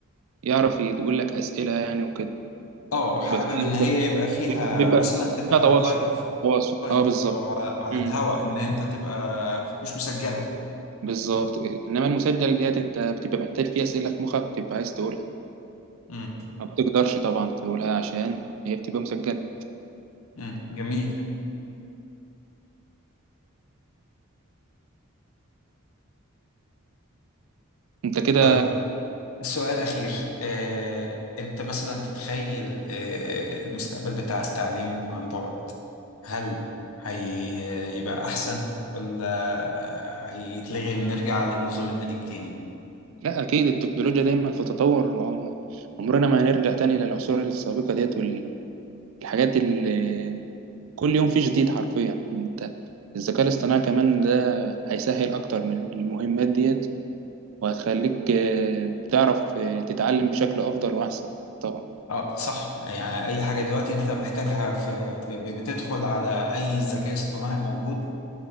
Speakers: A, on the right; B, on the left.
A: يعرف يقول لك أسئلة يعني وكده
B: اه
A: يعني يبقى
B: حابب
A: في
B: ان هي يبقى فيها
A: بيبقى بيبقى
B: مثلا تبقى
A: فيها تواصل
B: لايف
A: تواصل
B: لايف
A: اه بالظبط
B: او على على
A: امم
B: الهوا ان انت تبقى مش مسجله
A: بالظبط كده انما المسجل ديت انت بتبقى محتاج فيها اسئله في مخك بتبقى عايز تقولها
B: امم
A: ما بتقدرش طبعا تقولها عشان هي بتبقى مسجله
B: امم جميل
A: انت كده
B: طيب السؤال الأخير آه، أنت مثلا تتخيل آه، المستقبل بتاع التعليم عن بعد هل هيبقى أحسن ولا هيتلغي ونرجع للنظام القديم تاني؟
A: لا اكيد التكنولوجيا دايما في تطور ما هو- عمرنا ما هنرجع تاني للعصور السابقه ديت والحاجات اللي كل يوم في جديد حرفيا انت الذكاء الاصطناعي كمان ده هيسهل اكتر من المهمات ديت وهتخليك آه، تعرف آه، تتعلم بشكل أفضل وأحسن طبعا
B: اه صح يعني أي حاجة دلوقتي أنت محتاجها في ب- ب- بتدخل على أي ذكاء اصطناعي موجود